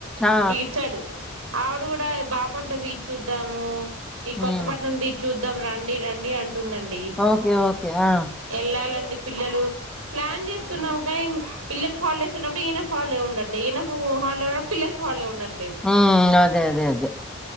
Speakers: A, in the centre; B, on the right.
A: ఆ!
B: ఇగిచాడు ఆవిడ కూడా బాపట్ల బీచ్ చుద్దాము ఈ
A: హ్మ్.
B: కొత్తపట్నం బీచు ద్దాం రండి రండి అన్ టుందండి
A: ఓకే. ఓకే. ఆ!
B: వెళ్ళాలండి పిల్లలు ప్లాన్ చేస్తున్నాము కానీ పిల్లకి హాలిడేస్ ఉన్నప్పుడు, ఈయన హాలిడే ఉండట్లే, ఈయనకు హాలిడే ఉన్నప్పుడు పిల్లలకి హాలిడే ఉండట్,
A: హ్మ్ అదే అదే అదే